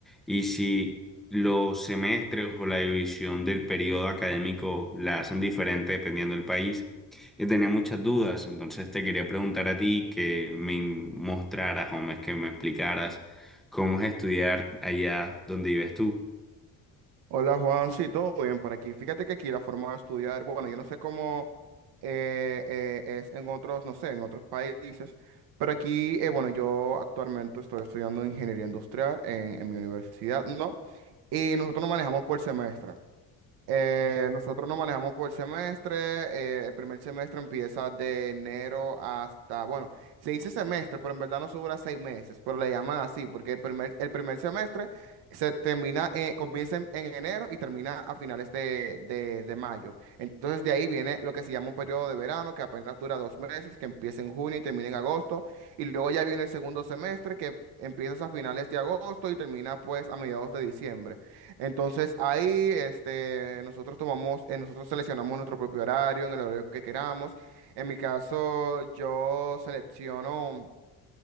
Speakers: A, in the centre; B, on the right.
A: y si los semestres o la división del periodo académico la hacen diferente dependiendo del país. Yo tenía muchas dudas, entonces te quería preguntar a ti que me mostraras o me- que me explicaras cómo es estudiar allá donde vives tú.
B: Hola Juan, sí, todo bien por aquí. Fíjate que aquí la forma de estudiar, bueno, yo no sé cómo eh, eh, es en otros, no sé, en otros países, pero aquí, eh, bueno, yo actualmente estoy estudiando ingeniería industrial en, en mi universidad, ¿no? Y nosotros nos manejamos por semestre. Eh, nosotros nos manejamos por semestre. eh, el primer semestre empieza de enero hasta, bueno, se dice semestre, pero en verdad no se dura seis meses, pero le llaman así, porque el primer, el primer semestre se termina, eh, comienza en, en enero y termina a finales de, de, de mayo. Entonces de ahí viene lo que se llama un periodo de verano, que apenas dura dos meses, que empieza en junio y termina en agosto. Y luego ya viene el segundo semestre, que empieza a finales de agosto y termina pues a mediados de diciembre. Entonces ahí este, nosotros tomamos, eh, nosotros seleccionamos nuestro propio horario, en el horario que queramos. En mi caso, yo selecciono.